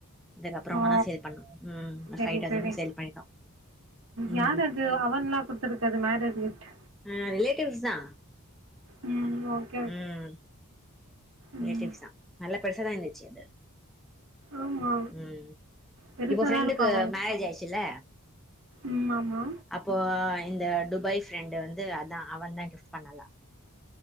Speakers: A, in the centre; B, on the right (about 65°).
A: அதுக்கப்றோமா
B: ஓ
A: தா சேல் பண்ணோ ம்
B: சரி
A: ஃபைவ் டௌசண்ட்க்கு
B: சரி
A: சேல் பண்ணிட்டோ ம்
B: யார் அது அவன்லா குடுத்தருக்கறது மேரேஜ் கிஃப்ட்
A: ஆ ரிலேட்டிவ்ஸ் தா
B: ம் ஓகே ஓகே
A: ம்
B: ம்
A: ரிலேட்டிவ்ஸாதா நல்ல பெருச தான் இந்துச்சு அது
B: ஆமா
A: ம்
B: பெருசா
A: இப்போ ஃப்ரெண்டுக்கு
B: தான் இருக்கும் அவன்
A: மேரேஜ் ஆயிச்சுல்ல
B: ம் ஆமா
A: அப்போ இந்த டுபாய் ஃப்ரெண்டு வந்து அதான் அவன் தான் கிஃப்ட் பண்ணாலா